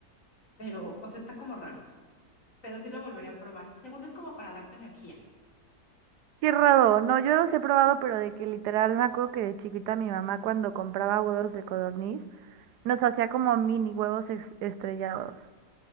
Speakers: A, on the left; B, on the right.
A: Pero, o sea, está como raro, pero sí lo volvería a probar. Según es como para darte energía.
B: Qué raro. No, yo los he probado, pero de que literal me acuerdo que de chiquita mi mamá cuando compraba huevos de codorniz nos hacía como mini huevos es- estrellados.